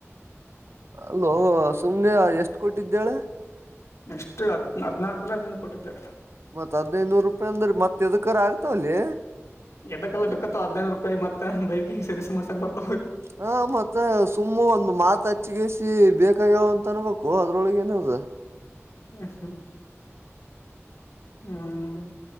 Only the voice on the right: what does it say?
ಅಲೋ ಸುಮ್ನೆ ಎಷ್ಟು ಕೊಟ್ಟಿದ್ದಾಳೆ
ಮತ್ತತ್ ಹದ್ನೈನೂರು ರೂಪಾಯಿ ಅಂದ್ರೀ ಮತ್ತೆದ ಕರ ಆಗ್ತಾವಲ್ಲೀ
ಹ ಮತ್ತೆ ಸುಮ್ಮ ಒಂದು ಮಾತ ಹಚ್ಚಿಗಸಿ ಬೇಕಾಗ್ಯಾವ ಅಂತ ಅನ್ಬೇಕು ಅದ್ರೊಳಗ ಏನ ಹಾ